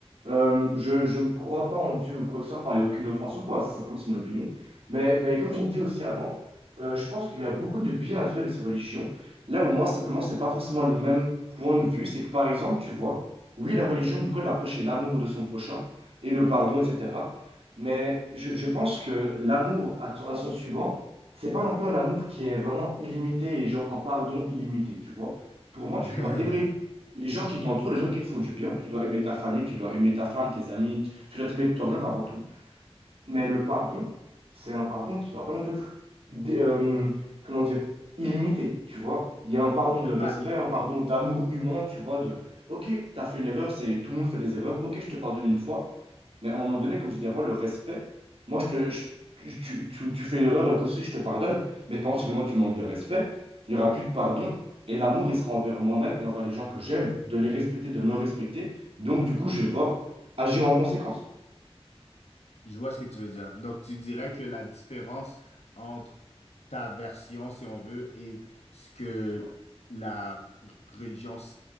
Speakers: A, on the right; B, on the left.
A: Euh, je, je ne crois pas en Dieu ou quoi que ce soit, enfin, il n'y a aucune offense ou quoi, c'est simplement c'est mon opinion. Mais, mais comme je le disais aussi avant, euh, je pense qu'il y a beaucoup de bien à tirer de ces religions. Là où moi, simplement, c'est pas forcément le même point de vue. C'est que par exemple, tu vois, oui, la religion, du coup, elle va prêcher l'amour de son prochain et le pardon, etc. Mais je, je pense que l'amour à, son- à son suivant, c'est pas non plus un amour qui est vraiment illimité et genre un pardon illimité, tu vois. Pour moi, tu
B: <laughs>
A: dois aimer les gens qui t'entourent, les gens qui te font du bien, tu dois aimer ta famille, tu dois aimer ta femme, tes amis, tu tu dois t'aimer toi-même avant tout. Mais le
B: Peut-être
A: pardon, c'est un pardon qui ne doit pas non plus être, dé- euh, comment dire, illimité, tu vois. Il y a un pardon de respect,
B: Pas illimité.
A: un pardon d'amour humain, tu vois, de, ok, t'as fait une erreur, c'est, tout le monde fait des erreurs, ok, je te pardonne une fois. Mais à un moment donné, comme je dis avant, le respect, moi, je te, je- tu, tu, tu- tu fais une erreur, euh, comme si je te pardonne, mais par contre, si moi, tu manques de respect, il n'y aura plus de pardon, et l'amour, il sera envers moi-même et envers les gens que j'aime, de les respecter, de me respecter. Donc, du coup, je vais devoir agir en conséquence.
B: Je vois ce que tu veux dire. Donc, tu dirais que la différence entre ta version, si on veut, et ce que la religion